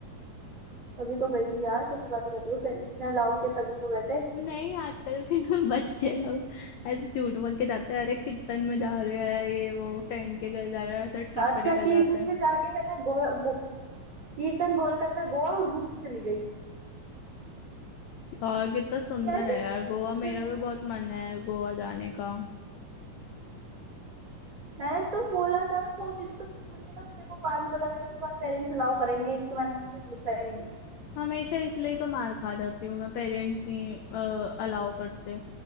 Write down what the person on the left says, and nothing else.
नहीं आजकल के <laughs> बच्चे लोग ऐसे झूठ बोल के जाते हैं अरे कीर्तन में जा रहे हैं ये वो फ्रेंड के घर जा रहे हैं ऐसे ट्रिप
पे निकल
जाते हैं
और कितना सुंदर
है यार
गोवा
मेरा
भी बहुत मन है गोवा जाने का
हमेशा इसलिए तो मार खा जाती हूँ मैं पेरेंट्स नहीं अलाउ करते